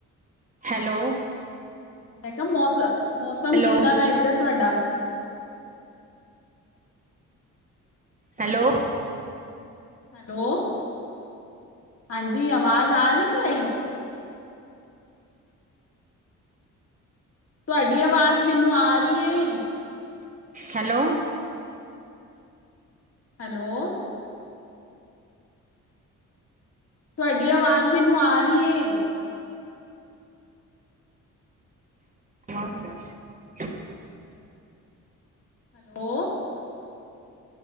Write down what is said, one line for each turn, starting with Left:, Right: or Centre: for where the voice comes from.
Right: ਹੈਲੋ
Left: ਮੈਂ ਕਿਹਾ ਮੌਸਮ ਮੌਸਮ
Right: ਹੈਲੋ
Left: ਕਿੱਦਾਂ ਦਾ ਇਏਧਰ ਤੁਹਾਡਾ
Right: ਹੈਲੋ
Left: ਹੈਲੋ ਹਾਂਜੀ ਅਵਾਜ਼ ਆ ਨੀ ਨੀ ਰੀ ਤੁਹਾਡੀ ਆਵਾਜ਼ ਮੈਨੂੰ ਆ ਰਹੀ ਹੈ
Right: ਹੈਲੋ
Left: ਹੈਲੋ ਤੁਹਾਡੀ ਆਵਾਜ਼ ਮੈਨੂੰ ਆ ਰੀ ਏ
Right: <unintelligible>
Left: hello